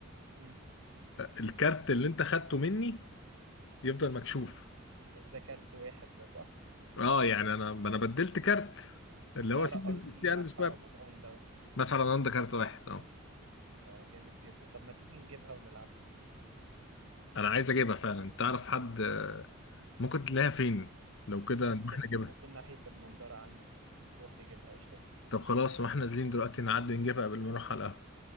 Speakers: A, on the right; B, on the left.
A: امم
B: الكارت اللي أنت خدته مني يفضل مكشوف
A: بس ده كارت واحد ده صح
B: أه يعني أنا أنا بدلت كارت اللي
A: لا
B: هو سي
A: لا قصدي
B: سي
A: مدفع
B: أند سواب
A: رمضان ده
B: مدفع رمضان ده كارت واحد أه
A: ده جامد جدا طب ما تيجي نجيبها ونلعبها
B: انا عايز اجيبها فعلا تعرف حد آه، ممكن تلاقيها فين لو كده
A: ممكن
B: نروح نجيبها
A: ممكن ناحية المنظرة عندي نروح نجيبها قشطة
B: طب خلاص واحنا نازلين دلوقتي نعدي نجيبها قبل ما نروح على القهوة